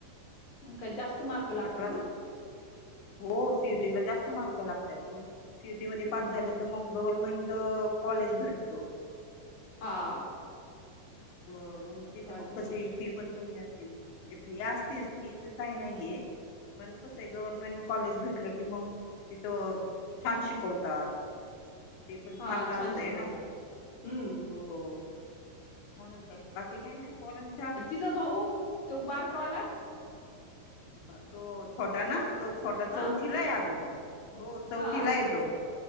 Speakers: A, on the left (about 45°); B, on the left (about 85°).
A: मग काय जास्त मार्क लागतात
B: आता क्लास
A: ना.
B: हो सिईटीला जास्त मार्क लागतात मग सिईटी मध्ये
A: हम्म
B: पाच झालं तर मग गव्हर्नमेंट कॉलेज भेटत.
A: हा.
B: हो मग तिथं
A: पास
B: मग
A: झाल्यावर
B: कशी फी पण कमी असतील. म्हणजे फी असतीस फीच काही नाहीये. पण कसं आहे गव्हर्मेंट कॉलेज भेटलं की मग तिथं. छान शिकवतात ते पण
A: हा
B: चांगलं
A: छान
B: असतय
A: शिकवतात
B: ना.
A: हम्म
B: हो. म्हणून तर बाकी काय नाही पोरानंच
A: तिचा भाऊ तो बारकावाला.
B: तो छोटा ना तो छोटा
A: हा
B: चौथीला अग तो. हो चौथीला
A: हा
B: येतो